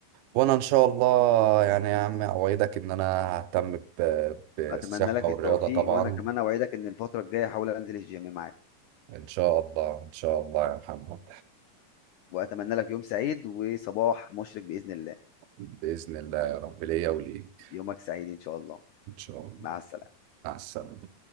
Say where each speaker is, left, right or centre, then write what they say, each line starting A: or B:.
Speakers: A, on the right; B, on the left.
A: وانا ان شاء الله يعني يا عم اوعدك ان انا ههتم ب- بالصحه
B: اتمنى لك
A: والرياضه
B: التوفيق
A: طبعا
B: وانا كمان اوعدك ان الفتره الجايه احاول انزل الجيم معاك
A: ان شاء الله ان شاء الله يا محمد
B: وأتمنى لك يوم سعيد وصباح مشرق بإذن الله
A: باذن الله يا رب ليا وليك
B: يومك سعيد إن شاء الله
A: ان شاء الله
B: مع السلامة
A: مع السلامه